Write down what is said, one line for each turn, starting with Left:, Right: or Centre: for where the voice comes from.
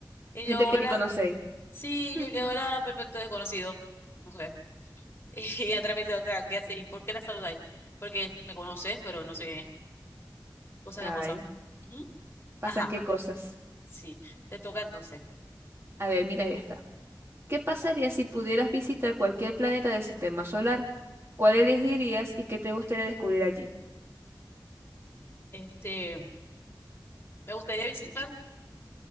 Left: Y
Right: Gente
Left: yo, hola.
Right: que ni conocéis.
Left: Sí,
Right: <laughs>
Left: yo que hola, perfecto desconocido. No sé. <laughs> Y atrás me dice, otra ¿qué hace? ¿Y por qué la saludáis? Porque me conocen, pero no sé qué es. cosa
Right: Ay,
Left: que pasa. Ujú.
Right: pasan
Left: Ajá,
Right: qué cosas.
Left: sí, te toca entonces.
Right: A ver, mira esta. ¿Qué pasaría si pudieras visitar cualquier planeta del sistema solar? ¿Cuál elegirías y qué te gustaría descubrir allí?
Left: Este, me gustaría visitar,